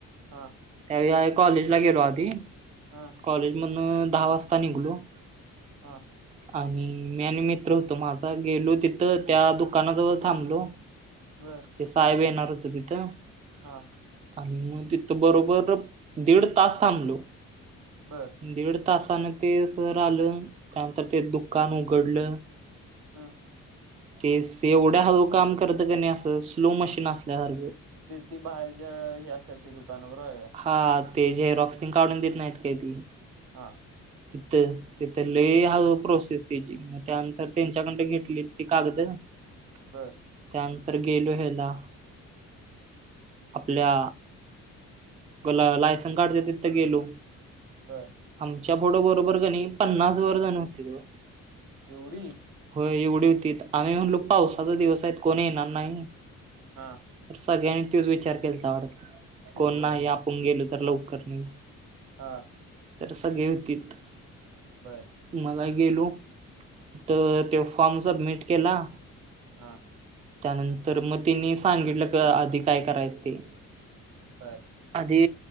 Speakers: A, on the right; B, on the right.
A: हा.
B: त्यावेळी कॉलेज ला गेलो आधी
A: हा.
B: कॉलेज मधनं दहा वाजता निघलो
A: हां.
B: आणि मी आणि मित्र होतो माझा गेलो तिथं त्या दुकानाजवळ थांबलो
A: बर
B: ते साहेब येणार होतं तिथं.
A: हा
B: आणि मग तिथं बरोबर दीड तास थांबलो.
A: बरं
B: दीड तासाने ते सर आलं त्यानंतर ते दुकान उघडलं
A: हां.
B: तेस एवढ्या हळू काम करत क नाही असं स्लो मशीन असल्यासारखं.
A: ते ती बाहेरच्या हे असतत्यात ते दुकानावर आहे.
B: हा ते झेक्सिंग काढून देत नाहीत काय ती.
A: हां.
B: तिथं तिथं लई हळू प्रोसेस तेजी. मग त्यानंतर त्यांच्याकडनं घेतली ती कागदं.
A: बरं
B: त्यानंतर गेलो ह्याला आपल्या पुन्हा लायसन काढण्यात तिथं गेलो.
A: बर
B: आमच्या पुढ‌ं बरोबर कणी पन्नास बरजण होतीत बघ.
A: एवढी
B: हो एवढी होतीत. आम्ही म्हणलो पावसाच दिवस आहेत कोणी येणार नाही.
A: हा.
B: सगळ्यांनी तोच विचार केलता वाटत. कोण
A: होय
B: नाही आपण गेलो तर लवकर, नाही
A: हा
B: तर सगळी होतीत.
A: बरं.
B: मग गेलो तीत तो फॉर्म सबमिट केला.
A: हा.
B: त्यानंतर मग तिनी सांगितलं, आधी काय करायच ते.
A: बर.
B: आधी